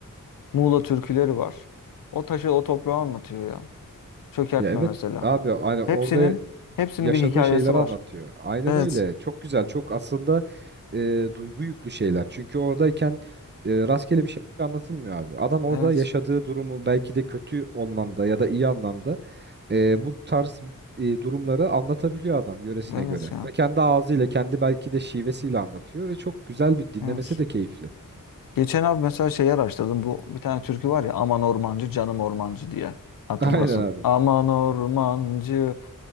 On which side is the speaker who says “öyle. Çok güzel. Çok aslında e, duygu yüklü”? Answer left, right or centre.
Right